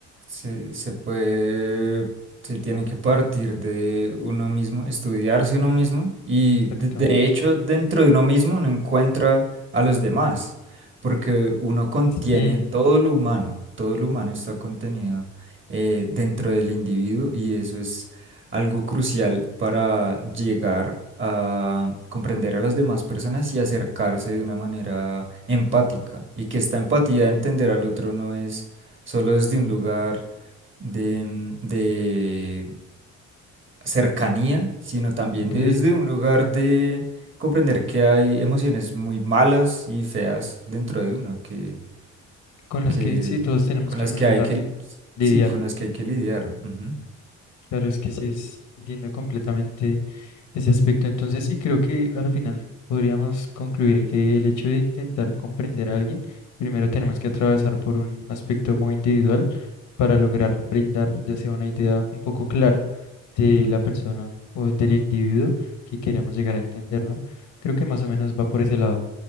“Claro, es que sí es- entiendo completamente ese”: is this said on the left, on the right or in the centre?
Left